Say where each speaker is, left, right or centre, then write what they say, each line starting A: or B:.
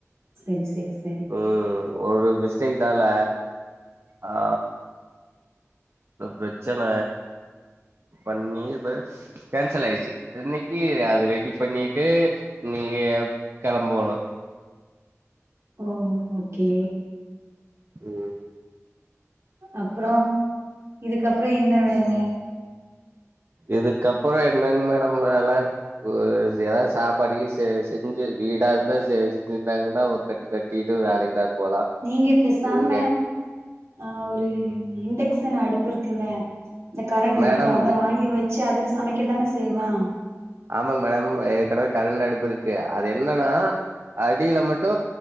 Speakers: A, on the right; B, on the right.
A: செரி செரி செரி
B: ம் ஒரு மிஸ்டேக்னால அ இந்த ப்ரச்சன பண்ணி பஸ் கேன்சலாயிச்சி இன்னிக்கி அது ரெடி பண்ணிட்டு நீங்க கெளம்போணோ
A: ம் ஓகே
B: ம்
A: அப்புறோ இதுக்கப்பறோ என்ன வேல
B: இதுக்கப்பறோ என்னங்க மேடம் வேல ஒரு எதாது சாப்பாடு செ செஞ்சு வீடாருந்தா செ செஞ்சுருந்தாங்கன்னா ஒரு கட்டுக்கட் டிட்டு வேலைக்கி தா போலா
A: நீங்க பேசாம
B: இங்க
A: அ ஒரு இண்டக்ஷன் அடுப்புருக்குல்ல இந்த கரண்டடுப்பு
B: மேடம்
A: அத வாங்கி வெச்சு அதுல சமைக்க தான செய்யுலா
B: ஆமாங்க மேடம் ஏற்கனவே கரண்டடுப்பு இருக்கு அது என்னனா அடில மட்டு